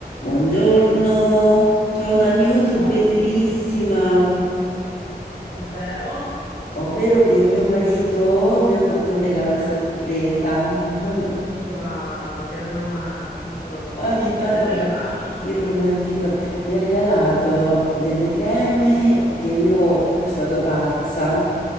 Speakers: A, on the left (about 65°); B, on the left (about 85°).
A: Buongiorno, c'ho una news
B: Ciao,
A: bellissima,
B: Ovvero?
A: ovvero che mio marito mi ha fatto un regalo a
B: Eh,
A: sorpresa. <laughs>
B: wow, che romantico.
A: Ogni
B: E
A: tanto
B: che ti ha regalato?
A: fa il romantico. Mi ha regalato delle creme che io
B: Eh,
A: ci vado pazza,